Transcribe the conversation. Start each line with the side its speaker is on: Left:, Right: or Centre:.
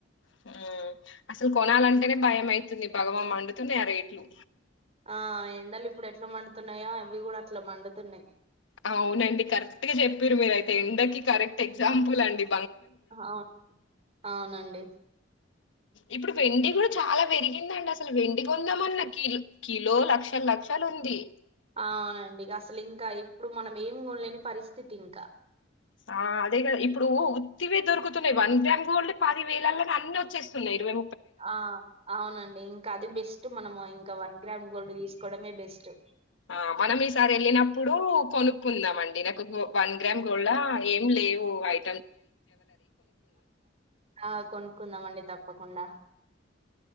Left: హ్మ్ అసలు కొనాలంటేనె భయం అయితుంది భగ భగ మండుతున్నయి ఆ రేట్లు
Right: ఆ ఎండలు ఇప్పుడు ఎట్ల మండుతున్నాయాో అవి కూడ అట్ల మండుతున్నాయి
Left: అవునండి కరెక్ట్ గ చెప్పిండ్రు మీరయితే ఎండకి కరెక్ట్ ఎగ్జాంపుల్ లాండి
Right: అ అవునండి
Left: ఇప్పుడు వెండి కూడా చాలా పెరిగిందండి అసలు వెండి కాన్దామన్నా కిలో కిలో లక్షల లక్షలు ఉంది
Right: అవునండి అసలు ఇంకా ఇప్పుడు మనం ఏం కొనలేని పరిస్థితి ఇంకా
Left: ఆ అదే ఇప్పుడు ఉత్తివే దొరుకుతున్నాయి వన్ గ్రామ్ పొండి పది వేలలో అన్ని వచ్చేస్తున్నాయిరవై
Right: ఆ అవునండి ఇంకా అది బెష్ మనం ఇంకా వన్ గ్రామ్ గోల్డ్ తీసుకోవడమే బెస్ట్
Left: ఆ మనం ఈసారి వెళ్ళినప్పుడు కొనుక్కుందాం అండి నాకు గ వన్ గ్రామ్ గోల్డ్ హా ఏం లేవు అయి
Right: ఆ కొనుక్కుందామ అండి తప్ప తప్పకుండ